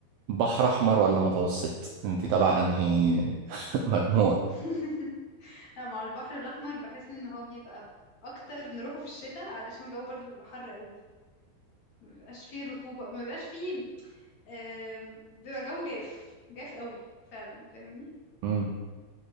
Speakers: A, on the right; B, on the left.
A: بحر أحمر ولا متوسط انت تبع أنهي <laughs> مجموعة
B: <laughs> لا مع البحر الأحمر بحس إن هو بيبقى أكتر نروحه في الشتاء علشان الجو برضه بيبقى حر قوي مبيبقاش فيه رطوبة مبيبقاش فيه آم، بيبقى جو جاف جاف قوي فعلا فاهمني
A: مم.